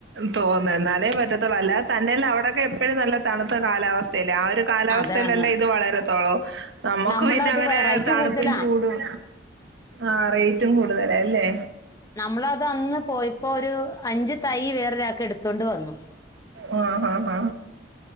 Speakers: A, on the right (about 70°); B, on the left (about 20°).
A: തോന്നുന്നു എന്നാലേ പറ്റത്തുള്ളൂ അല്ലതെ തന്നല്ല അവിടൊക്കെ എപ്പോഴും നല്ല തണുത്ത കാലാവസ്ഥയില്ലേ ആ ഒരു കാലാവസ്ഥയിലല്ല
B: അതാണ്
A: ഇത് വളരത്തോളോ നമുക്ക്
B: നമ്മളത്
A: പിന്നെ അങ്ങനെ
B: റേറ്റ്
A: തണുപ്പും
B: കൂടുതലാ
A: ചൂടും ആഹ റൈറ്റും കൂടുതലല്ലേ
B: നമ്മള അത്ന്ന് പോയപ്പോൊ ഒരു അഞ്ച് തൈ വേറൊരാക്കെ എടുത്തോണ്ട് വന്നു
A: ആ ഹ് ആ ആ